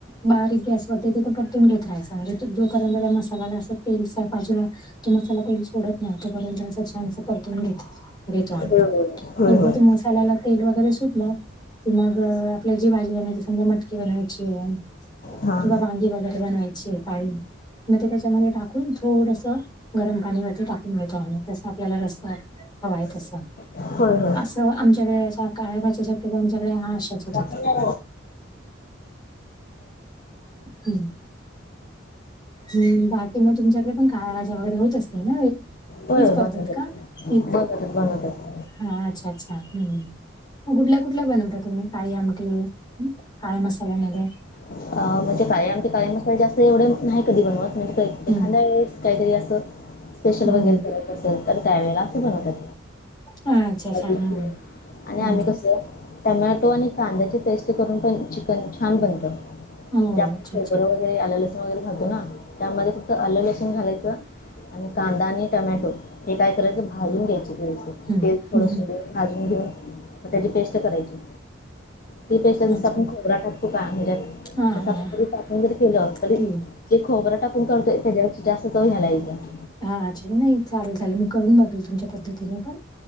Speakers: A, on the left; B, on the left.
A: बारीक गॅस तिथ परतून घेत राहायचा म्हणजे जोपर्यंत मसालाला अस तेलच्या बाजूला तो मसाला तेल सोडत नाही तोपर्यंत छानस परतवून घ्यायचं
B: होय होय. होय
A: एकदा
B: होय
A: त्या मसाल्याला तेल वगैरे सुटलं की मग आपल्याला जी भाजी बनायची समजा मटकीे बनायची आहे किंवा
B: हां
A: वांगी वगैरे बनवायची काळी मग ते त्याच्यामध्ये टाकून थोडसं गरम पाणीवरती टाकून घळतो आम्ही जसं आपल्याला रसना हयट अस
B: होय होय
A: आमच्याकडे असा काळ्या काचेच्या किंवा तुमच्याकडे हा आसाच होतात.
B: होय
A: हम्म. हम् बाकी मग तुमच्याकडे पण काळ्या भाज्या वगैरे होत असते ना
B: हो,
A: हीच
B: बनवतात
A: पद्धत का
B: बनवतात
A: हीच
B: बनवतात.
A: हा, अच्छा अच्छा, हम् कुठल्या कुठल्या बनवता तुम्ही काही आमटी काळ मसाल्यामध्ये
B: अ म्हणजे काळे आमट काळे मसाले जास्त एवढे नाही कधी बनवत एखाद्या
A: हम्म
B: वेळेस काहीतरी असं स्पेशल
A: हम्म
B: वगैरे करत असेल तर त्यावेेळेला असं बनवतात.
A: अच्छा अच्छा
B: अजून
A: हम्म
B: आणि
A: हम्म
B: आम्ही कस आह टमॅटो आणि कांद्याची टेस्टी करून पण चिकन छान बनतं
A: हो
B: म्हणजे
A: अच्छा अच्छा
B: आ आलं लसण वगैरे घातो ना त्यामध्ये फक्त आलं लसण घालायचं. आणि कांदा आणि टमॅटो हे काय करायचं भाजून घ्यायचे
A: हम्म
B: ते तेल थोडं
A: हम्म
B: सोडून भाजून घेऊ मग त्याची पेस्ट करायची. त पेास
A: अच्छा
B: आपण खरा टाकतो का म्हणजे
A: हा हा
B: तसं आपणस
A: हा
B: आपण जर केलं तरी
A: ते
B: जे खोबं टाकून करतोय त्याच्यापेक्षा जास्त तो ह्यालायेत.
A: हाच्छ नाही चालेल चालेल मी करून बघेल तुमच्या पद्धतीने पण